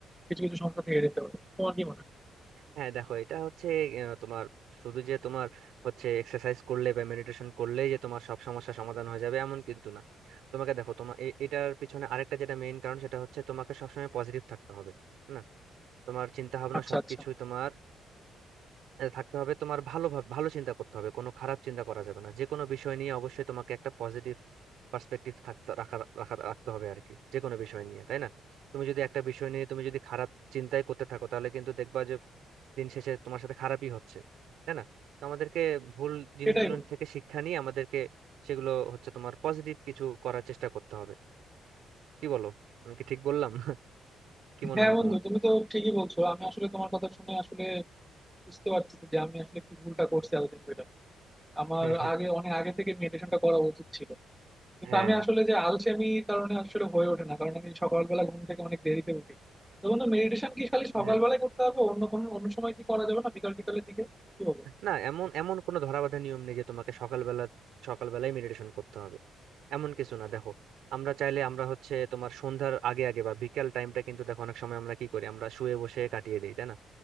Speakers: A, in the centre; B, on the right.
A: কিছু কিছু সমস্যা থেকে যেতে পারে তোমার কি মনে হয়
B: হ্যাঁ দেখো এটা হচ্ছে আহ, তোমার শুধু যে তোমার হচ্ছে এক্সারসাইজ করলে বা মেডিটেশন করলেই যে তোমার সব সমস্যা সমাধান হয়ে যাবে এমন কিন্তু না তোমাকে দেখো তোমার এ- এটার পিছনে আরেকটা যেটা মেইন কারণ সেটা হচ্ছে তোমাকে সবসময় পজিটিভ থাকতে হবে তাই না তোমার চিন্তা ভাবনা
A: আচ্ছা
B: সবকিছু
A: আচ্ছা
B: তোমার আহ থাকতে হবে তোমার ভালো ভাব- ভালো চিন্তা করতে হবে কোনো খারাপ চিন্তা করা যাবে না যে কোনো বিষয় নিয়ে অবশ্যই তোমাকে একটা পজিটিভ পার্সপেক্টিভ থাকতে রাখা রাখা রাখতে হবে আর কি যে কোনো বিষয় নিয়ে তাই না তুমি যদি একটা বিষয় নিয়ে তুমি যদি খারাপ চিন্তাই করতে থাকো তাহলে কিন্তু দেখবা যে দিন শেষে তোমার সাথে খারাপই হচ্ছে তাই না তো আমাদেরকে ভুল জিনিসগুলো
A: এটাই বন্ধু
B: থেকে শিক্ষা নিয়ে আমাদেরকে সেগুলো হচ্ছে তোমার পজিটিভ কিছু করার চেষ্টা করতে হবে কি বলো আমি কি ঠিক বললাম <laughs> কি মনে
A: হ্যাঁ
B: হয়
A: বন্ধু
B: তোমার
A: তুমি তো ঠিকই বলছো আমি আসলে তোমার কথা শুনে আসলে বুঝতে পারতেছি যে আমি আসলে কি ভুলটা করছি এতদিন ধরে
B: <laughs>
A: আমার আগে অনেক আগে থেকে মেডিটেশনটা করা উচিত ছিল কিন্তু
B: হ্যাঁ
A: আমি আসলে যে আলসেমির কারণে আসলে হয়ে ওঠে না কারণ আমি সকালবেলা ঘুম থেকে অনেক দেরিতে উঠি তো বন্ধু মেডিটেশন কি খালি সকালবেলায়
B: হ্যাঁ
A: করতে হবে অন্য কোনো অন্য সময় কি করা যাবে না বিকাল টিকালের দিকে কি বলবো
B: না এমন এমন কোনো ধরাবাঁধা নিয়ম নেই যে তোমাকে সকালবেলা সকালবেলায় মেডিটেশন করতে হবে এমন কিছু না দেখো আমরা চাইলে আমরা হচ্ছে তোমার সন্ধ্যার আগে আগে বা বিকেল টাইমটা কিন্তু দেখো অনেক সময় আমরা কি করি আমরা শুয়ে বসে কাটিয়ে দিই তাই না